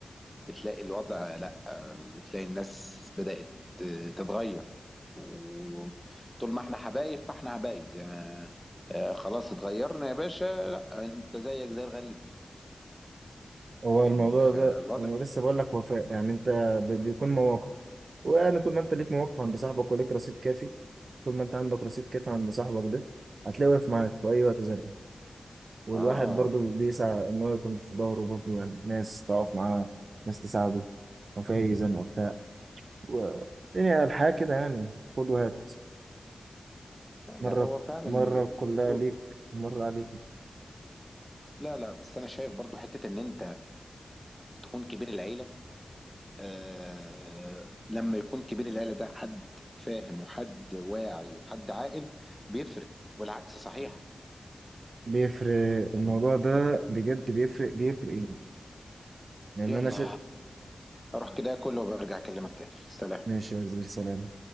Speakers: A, in the centre; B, on the right (about 70°).
A: بتلاقي الوضع لا بتلاقي الناس بدأت تتغير وطول ما احنا حبايب فاحنا حبايب زي ما آه، خلاص اتغيرنا يا باشا لا انت زيك زي الغريب
B: هو
A: فاهمني
B: الموضوع
A: فالوضع
B: ده انا لسه بقول لك وفاء يعني انت بي- بيكون مواقف وانا طول ما انت ليك مواقف عند صاحبك وليك رصيد كافي طول ما انت عندك رصيد كافي عند صاحبك ده هتلاقيه واقف معاك في اي وقت زنقه والواحد
A: اه
B: برضو بيسعى ان هو يكون في ظهره برضو يعني ناس تقف معاه ناس تساعده لو في اي زنقه بتاع و- يعني الحياة كده يعني خد وهات
A: لا لا
B: مرة
A: هو فعلا
B: مرة
A: زي ما
B: كلها
A: انت بتقول
B: ليك
A: بس-
B: مرة عليك
A: لا لا بس انا شايف برضو حته ان انت تكون كبير العيله آه لما يكون كبير العيله ده حد فاهم وحد واعي وحد عاقل بيفرق والعكس صحيح
B: بيفرق الموضوع
A: فاهمني؟
B: ده بجد بيفرق بيفرق ايه لأن
A: يلا
B: أنا شا...
A: اروح كده اكل وبرجع اكلمك تاني سلام
B: ماشي يا وزير سلام